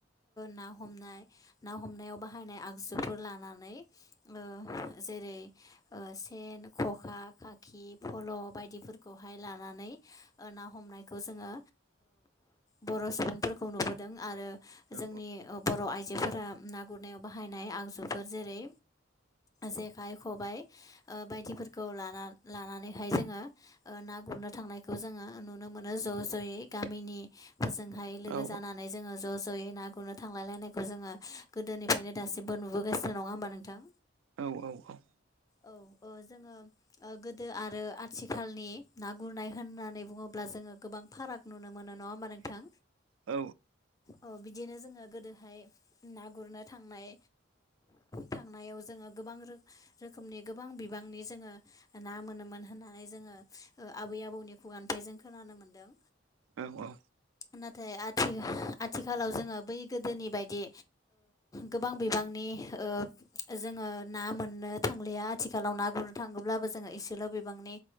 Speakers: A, on the left; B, on the right.
A: ना हमनाय ना हमनायाव बाहायनाय आगजुफोर लाना- नै ओ जेरै ओ सेन खखा खाखि फल बायदिफोरखौहाय लानानै ना हमनाय खौ जोङो बर' सुबुंफोरखौ नुबोदों आरो जोंनि
B: औ
A: बर' आइ- जोफोरा ना गुरनायाव बाहायनाय आगजुफोर जेरै जेखाइ खबाय बायदिफोरखौ लाना लानानैहाय जोङो ना गुरनो थांनायखौ जोङो नुनो मोनो ज' ज'यै गामिनि फोरजोंहाय लोगो
B: औ
A: जानानै जोङो ज' ज'यै ना गुरनो थांलायलायनाय बेखौ जोङो गोदोनिफ्रायनो दासिमबो नुबोगासिनो नङा होमबा नोंथां
B: औ औ औ
A: औ औ जोङो गोदो आरो आथिखालनि ना गुरनाय होननानै बुङो- ब्ला जोङो गोबां फाराग नुनो मोनो नङा होमा नोंथां
B: औ
A: औ बि दिनो जोङो गोदोहाय ना गुरनो थांनाय थांनायाव जोङो गोबां रो- खोमनि गोबां बिबांनि जोङो ना मोनोमोन होननानै जोङो आबै आबौनि खुगानिफ्राय जों खोनानो मोन्दों
B: औ औ
A: नाथाय आथि आथिखालाव जोङो बै गोदोनि बायदि गोबां बिबांनि ओ जोङो ना मोननो थांलिया आथिखालाव ना गुरनो थाङोब्लाबो जोङो एसेल' बिबां- नि